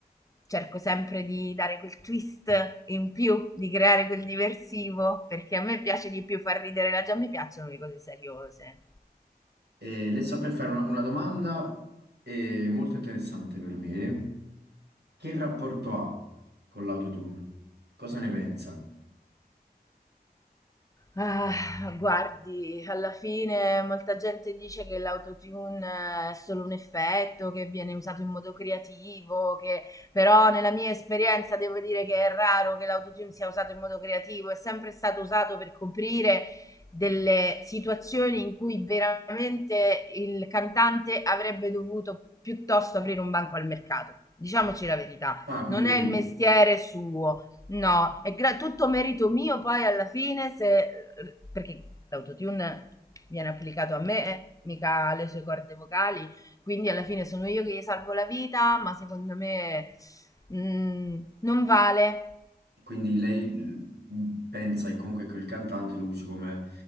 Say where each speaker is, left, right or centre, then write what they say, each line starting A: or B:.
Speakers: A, on the left (about 20°); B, on the right (about 85°).
A: cerco sempre di dare quel twist in più, di creare quel diversivo, perché a me piace di più far ridere la già, mi piacciono le cose seriose.
B: eh, le sto per fare una, una domanda eh, molto interessante per me. Che rapporto ha con l'autotune? Cosa ne pensa?
A: Ah, guardi, alla fine molta gente dice che l'autotune eh, è solo un effetto, che viene usato in modo creativo, che... però nella mia esperienza devo dire che è raro che l'autotune sia usato in modo creativo, è sempre stato usato per coprire delle situazioni in cui veramente il cantante avrebbe dovuto piuttosto aprire un banco al mercato. Diciamoci la verità,
B: Ah, quindi
A: non
B: lei
A: è il mestiere suo No, è gra- tutto merito mio poi alla fine se... perché l'autotune viene applicato a me, eh, mica alle sue corde vocali, quindi alla fine sono io che gli salvo la vita, ma secondo me mm, non vale.
B: Quindi lei mh, pensa che comunque quel cantante lo usi come